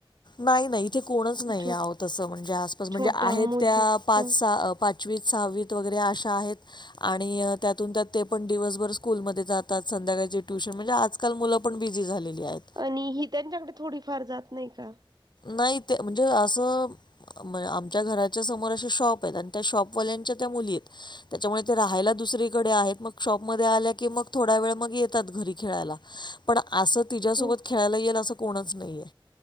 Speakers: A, on the left (about 55°); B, on the right (about 50°).
A: नाही नाही इथे कोणच नाही
B: छोट
A: आहो तसं म्हणजे, आसपास म्हणजे
B: छोट्या
A: आहेत
B: मुली
A: त्या पाच
B: ह
A: पाच पंचवीस सहावीत वगैरे अशा आहेत आणि त्यातून त्यात ते पण दिवसभर स्कूलमध्ये जातात संध्याकाळचे, ट्यूशन म्हणजे आजकाल मुलं पण, बिझी झालेली आहेत.
B: आणि ही त्यांच्याकडे थोडीफार जात नाही का?
A: नाही ते म्हणजे असं? म आमच्या घराच्या समोर असे शॉप आहेत आणि त्या शॉपवाल्यांच्या त्या मुली आहेत त्याच्यामुळे ते राहायला दुसरीकडे आहेत मग शॉपमध्ये आल्या की मग थोडा वेळ मग येतात घरी खेळायला. पण असं तिच्यासोबत
B: ह
A: खेळायला येईल असं कोणच नाहीये